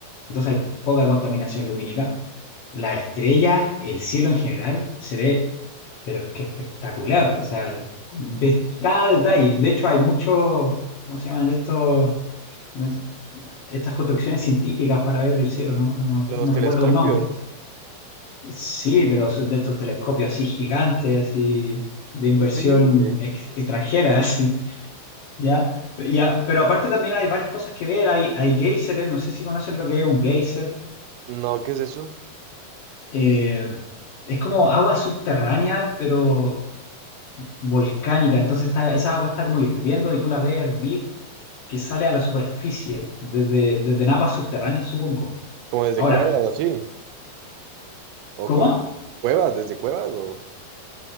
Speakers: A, on the left (about 70°); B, on the right (about 85°).
A: entonces hay poca contaminación lumínica. Las estrellas, el cielo en general, se ve, pero es que espectacular, o sea, ves cada detalle. De hecho, hay muchos, ¿cómo se llaman de estos? no es- Estas construcciones científicas para ver el cielo, no, no me acu-
B: los
A: no
B: telescopios.
A: recuerdo el nombre Sí, pero son de estos telescopios así gigantes, así de inversión
B: Increíble.
A: ex- extranjera, <laughs> así, ¿ya? Pero Ya, pero aparte también hay varias cosas que ver, hay, hay géiseres, no sé si conocen lo que es un geyser,
B: No, ¿qué es eso?
A: eh, es como agua subterránea, pero volcánica, entonces está, esa agua está como hirviendo y tú la ves hervir, que sale a la superficie, desde, desde napas subterráneas, supongo.
B: ¿Como desde
A: Ahora,
B: cuevas o así? ¿O
A: ¿cómo?
B: como cuevas, desde cuevas o...?